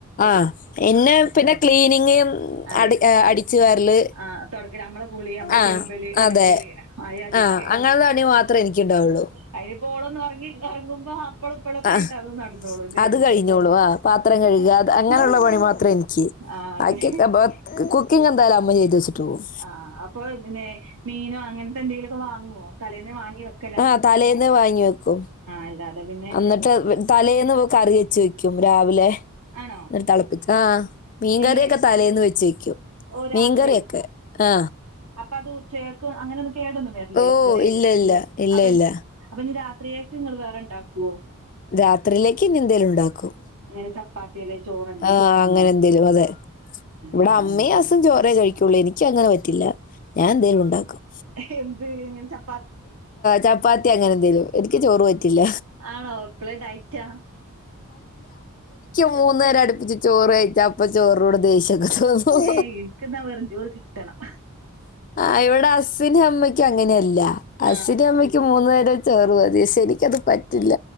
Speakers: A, on the left; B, on the right.
A: ആഹ് എന്നെ പിന്നെ ക്ലീനിങ് അട്
B: അതെ
A: അടി- അടിച്ചു വാരല്
B: ആഹ് തൊടക്കല് നമ്മളെ കുളി നമ്മളെ
A: ആഹ്
B: തിരുമ്പല് അലക്കല്
A: അതെ
B: അയാദ്യൊക്കെ
A: ആഹ് അങ്ങനെയുള്ള പണി മാത്- മാത്രേ എനക്ക് ഉണ്ടാവുള്ളൂ
B: അതിനിപ്പോ ഓളൊന്ന് ഉറങ്ങി ഉറങ്ങുമ്പോ ഇപ്പളും ഇപ്പളൊക്കെ
A: ആഹ്
B: ആയിട്ട് അതും നടന്നോളുംല്ലേ
A: അത് കഴിഞ്ഞോളൂ ആഹ് പാത്രം കഴുക അത് അങ്ങനെയുള്ള
B: ആഹ്
A: പണി മാത്രേ എനിക്ക്
B: ആഹ് അതെ
A: ബാക്കി കുക്കിംഗ് എന്തായാലും അമ്മ ചെയ്ത് വെച്ചിട്ട് പോവും
B: ആഹ് ആഹ് അപ്പൊ പിന്നെ മീനോ അങ്ങനത്തെ എന്തെങ്കിലുമൊക്കെ വാങ്ങുവോ തലേന്നെ വാങ്ങി വെക്ക-
A: ആഹ് തലേന്ന് വാങ്ങി വെക്കും
B: അല്ലാതെ പിന്നെ
A: എന്നിട്ട് വെ- തലേന്ന് കറി വെച്ച് വെക്കും രാവിലെ
B: ആണോ
A: തിളപ്പിച്ച്‌ ആഹ് മീൻകറിയൊക്കെ
B: എങ്ങനെ
A: തലേന്ന് വെച്ച് വെക്കും
B: ഓ രാത്രി
A: മീൻകറിയൊക്കെ ആ.
B: അപ്പൊ അത് ഉച്ചകേക്കും അങ്ങനൊന്നും കേടൊന്നും വരി-
A: ഓ!
B: രിക്കുംല്ലേ
A: ഇല്ല ഇല്ല. ഇല്ല
B: അപ്പൊ
A: ഇല്ല.
B: അപ്പൊ ഇനി രാത്രിയേക്കു നിങ്ങൾ വേറെ ഇണ്ടാക്കുവോ
A: രാത്രിയിലേക്ക് ഇന്നെന്തേലും ഉണ്ടാക്കും
B: അങ്ങനെ ചപ്പാത്തി അല്ലെ ചോറ-
A: ആഹ് അങ്ങനെ എന്തേലും അതെ ഇവിടെ
B: ആഹ്
A: അമ്മയും ഹസ് - ചോറേ കഴിക്കുള്ളൂ എനിക്ക് അങ്ങനെ പറ്റില്ല ഞാൻ എന്തേലും ഉണ്ടാക്കും
B: ഹെ എന്ത് എങ്ങനെ ച
A: ചപ്പാത്തി അങ്ങനെ എന്തേലും എനിക്ക് ചോറ് പറ്റില്ല
B: ആണോ ഇപ്പളേ ഡയറ്റാ
A: മൂന്നു നേരം അടുപ്പിച്ച് ചോറ് കഴിച്ചാ അപ്പൊ ചോറിനോട് ദേഷ്യൊക്കെ തോന്നും
B: ഏയ് ഇൻക്ക്ന്നാ വെറും ചോറ് കിട്ടണം
A: ആഹ് ഇവിടെ ഹസിനും അമ്മയ്ക്കും അങ്ങനെയല്ല ഹസിനും
B: ആഹ്
A: അമ്മയ്ക്ക- -ക്കും മൂന്നു നേരം ചേറ് മതി പക്ഷെ എനിക്കത് പറ്റില്ല